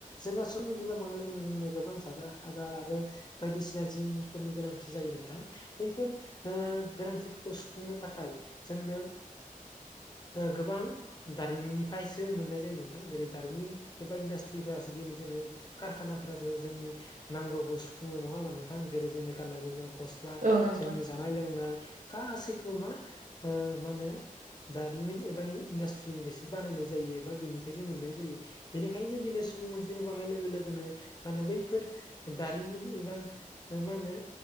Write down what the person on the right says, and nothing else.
औ नोंथां औ नोंथां